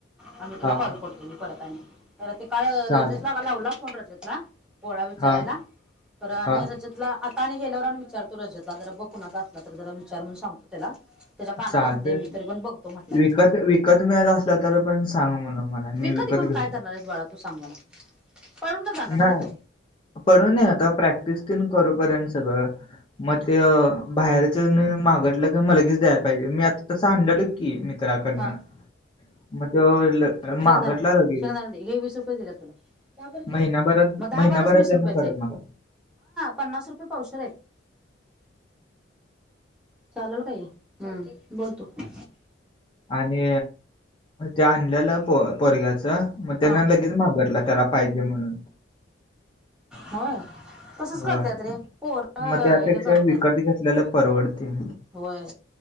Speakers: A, in the centre; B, on the left (about 25°).
A: अन् म तुला
B: हा
A: कॉल
B: हा
A: करतो मी परत आनी. तर ते काळ
B: चालते
A: रजतला का लावला फोन रजतला. गोळा विचारायला
B: हा
A: पर आणि
B: हा
A: रजतला आणि गेल्यावर आणि विचारतो रजतला जरा बघ कुणाचा असला तर जरा विचार म्हणून सांगतो त्याला. त्याच्या कानावर
B: चालते
A: घातलय मी तरी पण बघतो म्हटलाय
B: विकत
A: तो
B: विकत मिळत असला तर पण सांगा म्हणा मला मी
A: विकत घेऊन
B: घेतो
A: काय? करणारयस बाळा तू सांग मला? पडून ना जाणार
B: नाही
A: ना तो
B: पडून आता प्रॅक्टिस तेन करू पर्यंत सगळं. म ते बाहेरच्यांनी मागितला की म लागेच द्यायला पाहिजे मी आता तसं आणलेला की कि मित्राकडनं
A: हा
B: म तो
A: शेंगदाणा
B: मागितला लगेच.
A: शेंगदाणा वीस रुपये दिले तुला
B: महिनाभरात
A: मग दहा
B: महिनाभरात
A: बारा वीस
B: त्यानं
A: रुपयाचं.
B: परत मागवला
A: पन्नास रुपये पावशेर हयात. चालेल काय हे हम् बोलतो तू.
B: आणि ते आणल्यालं प पोरग्याचं मग त्यांन
A: हा
B: लगेच मागितला त्याला पाहिजे म्हणून
A: होय तसच
B: होय
A: करत्यात रे पोर
B: मग त्यापेक्षा
A: हे करत नाहीत.
B: विकत घेतलेल परवडतय
A: होय